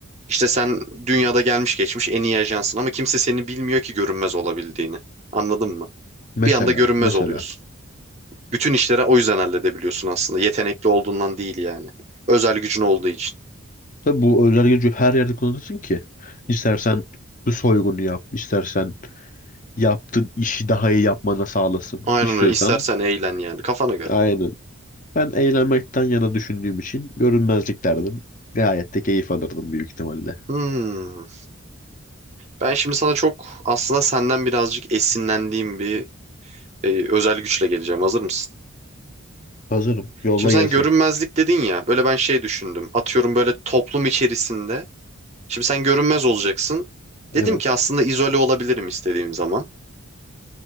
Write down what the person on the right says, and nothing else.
İşte sen dünyada gelmiş geçmiş en iyi ajansın ama kimse seni bilmiyor ki görünmez olabildiğini. Anladın mı?
Bir anda görünmez
oluyorsun. Bütün işlere o yüzden halledebiliyorsun aslında. Yetenekli olduğundan değil yani. Özel gücün olduğu için.
Aynen
öyle. İstersen eğlen yani kafana göre.
Hmm. Ben şimdi sana çok aslında senden birazcık esinlendiğim bir e, özel güçle geleceğim. Hazır mısın?
Şimdi sen
görünmezlik dedin ya. Böyle ben şey düşündüm. Atıyorum böyle toplum içerisinde. Şimdi sen görünmez olacaksın.
Dedim ki aslında izole olabilirim istediğim zaman.